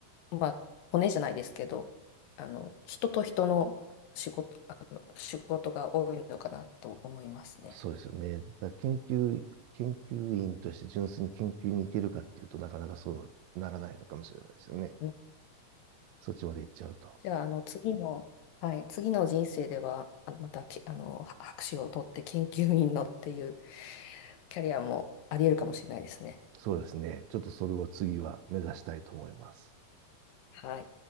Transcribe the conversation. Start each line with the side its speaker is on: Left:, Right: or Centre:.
Left: まあ、骨じゃないですけど、あの、人と人の仕事、あの、仕事が多いのかなと思いますね。
Right: そうですよね。だから研究、研究員として純粋に研究に行けるかっていうとなかなかそうならないのかもしれないですよね。
Left: うん
Right: そっちまで行っちゃうと。
Left: じゃあ、あの、次の、はい、次の人生では、あのまたき、あの、は博士を取って研究員のっていうキャリアもあり得るかもしれないですね。
Right: そうですね。ちょっとそれを次は目指したいと思います。
Left: はい。